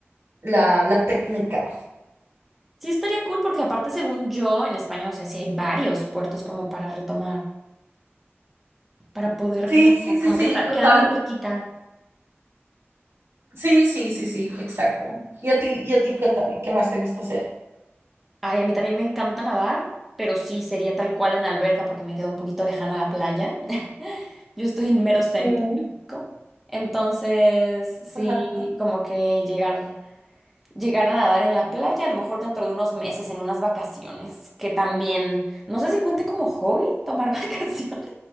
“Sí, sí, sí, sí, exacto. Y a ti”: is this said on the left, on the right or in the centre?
Right